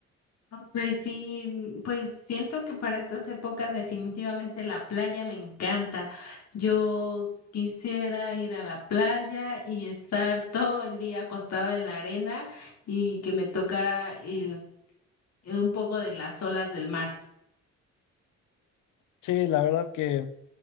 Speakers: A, on the left (about 60°); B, on the left (about 85°).
A: Ay, sí, pues siento que para estas épocas definitivamente la playa me encanta. Yo quisiera ir a la playa y estar todo el día acostada en la arena y que me tocara el- un poco de las olas del mar.
B: Sí, la verdad que